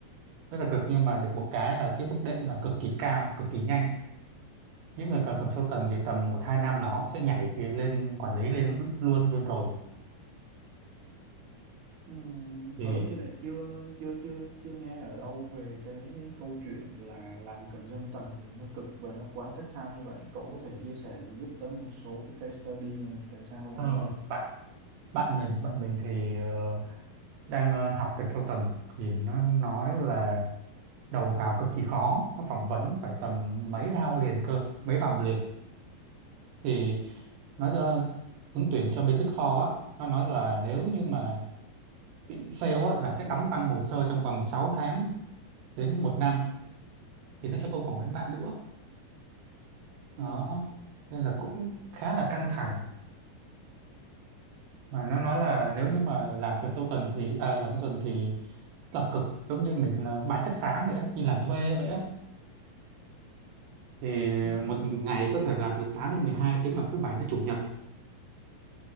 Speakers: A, on the right; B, on the right.
A: rất là cực nhưng mà được một cái là cái bước đệm là cực kỳ cao cực kỳ nhanh những người cần tầm sâu tần thì tầm một hai năm là họ sẽ nhảy cái lên quản lý lên luôn luôn rồi
B: Ừm,
A: thì
B: tớ thì lại chưa chưa chưa chưa nghe ở đâu về cái câu chuyện là làm consultant thì nó cực và nó quá thất tham như vậy. Cậu có thể chia sẻ giúp tớ một số cái case study là tại sao lại
A: Ờ,
B: như vậy không?
A: bạn bạn mình bạn mình thì ờ, đang ờ, học consultant thì nó nói là đầu vào cực kỳ khó nó phỏng vấn phải tầm mấy round liền cơ mấy vòng liền thì nó cho ứng tuyển cho bên Big Four á nó nói là nếu như mà bị fail á là sẽ đóng băng hồ sơ trong vòng 6 tháng đến một năm thì nó sẽ không phỏng vấn lại nữa
B: Ừm.
A: đó nên là cũng khá là căng thẳng mà nó nói là nếu như mà làm consultant thì à, làm consultant thì làm cực giống như mình là bán chất xám vậy á như làm thuê vậy á thì
B: Ừm.
A: một ngày có thể làm từ tám đến mười hai tiếng làm thứ bảy đến chủ nhật